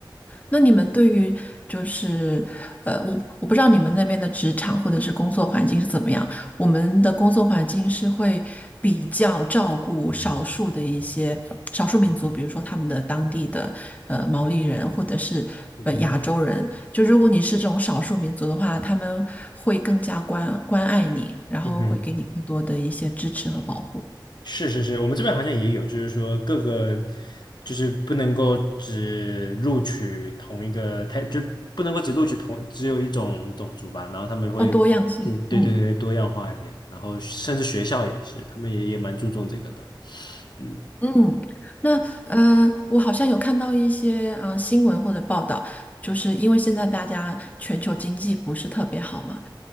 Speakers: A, on the left; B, on the left.
A: 那你们对于就是呃，我我不知道你们那边的职场或者是工作环境是怎么样。我们的工作环境是会比较照顾少数的一些少数民族，比如说他们的当地的呃毛利人或者是呃亚洲人。
B: 嗯哼
A: 就如果你是这种少数民族的话，他们会更加关关爱你，然后会给你更多的一些支持和保护，
B: 嗯哼。是是是，我们这边好像也有，就是说各个就是不能够只录取同一个，太，就不能够只录取同只有一种种族吧，然后他们会，
A: 要多样性。
B: 对对对，
A: 嗯。
B: 多样化一点，然后甚至学校也是，他们也也蛮注重这个的，嗯。
A: 嗯，那呃，我好像有看到一些嗯、呃新闻或者报道，就是因为现在大家全球经济不是特别好嘛，